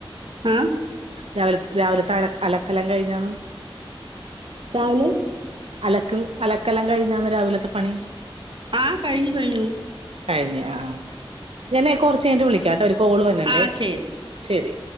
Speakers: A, on the right; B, on the right.
A: ആഹ
B: രാവില രാവിലെ <unintelligible> അലക്കെല്ലാം കഴിഞ്ഞാണ്
A: രാവില
B: അലക്കും അലക്കെല്ലാം കഴിഞ്ഞാന്ന് രാവിലത്തെ പണി
A: ആ കഴിഞ്ഞു കഴിഞ്ഞു
B: കഴിഞ്ഞോ ഞാനെ കുറച്ചു കഴിഞ്ഞട്ട് വിളിക്കാട്ടെ ഒരു കോള് വന്നണ്ടേ
A: ആ ശരി
B: ശരി